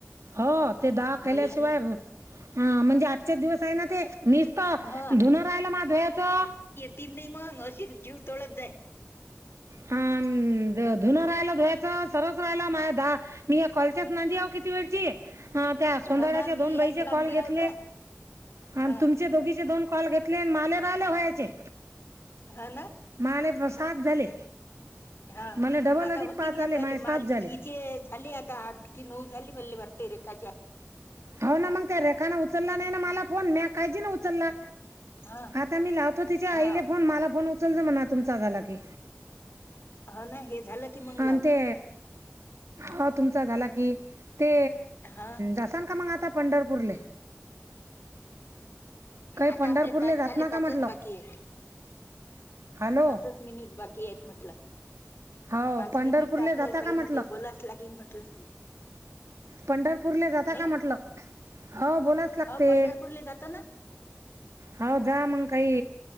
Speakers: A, on the right (about 85°); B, on the left (about 55°).
A: हो ते दहा केल्याशिवाय
B: मले हने
A: म्हणजे आजचेच दिवस हाय ना ते. नसत
B: ह
A: धुन राहिल माझं धुयाचं.
B: तीन नाही मग अशी जीव तोळत जाई.
A: हा धुन राहिल सरवस राहिला माझ दा मी कॉलच्यास नांदी आव किती वेळची. ह त्या सोनंदड्याच्या
B: ह ना मी
A: दोन
B: याच
A: बाईचे
B: नांदी
A: कॉल घेतले
B: आव ना ह
A: आणि तुमचे दोघीचे दोन. कॉल घेतले माले राहिले व्हायचे.
B: हाना.
A: माले प- सात झाले.
B: हा.
A: मला डबल
B: आता
A: अधिक
B: होतील
A: पाच आले
B: ना त
A: माये सात
B: माल
A: झाले
B: इचे -- झाले आता आठ की नऊ झाले म्हल्ले वाटते रेखाची.
A: हो ना. मग त्या रेखाने उचलला नाही ना मला फोन म काजी ना उचलला.
B: हा
A: आता मी लावतो तिचे
B: हा
A: आईले फोन मला फोन उचलतो म्हणा तुमचा झाला की.
B: हो ना हे झालं की मग
A: अ
B: लावजो
A: ते हा तुमचा झाला की. ते
B: हा
A: जसान का मग आता पंढरपूरले? काही
B: आता
A: पंढरपूरले
B: आपले पाच
A: जात
B: झाले
A: ना का
B: पाचच
A: म्हटलं
B: बाकी आहेत.
A: हॅलो
B: पाचच मिनिट बाकी आहेत म्हटलं.
A: हो
B: पाच
A: पंढरपूरले
B: मिनिट तर आपल्याला
A: जाता
B: काही
A: का म्हटलं?
B: ना काही बोलाच लागेल म्हटलं
A: पंढरपूर ला जाता
B: नाही
A: का म्हटल? हो बोलाच लागते.
B: हो पंढरपूरला जातो ना
A: हो. जा मंग काही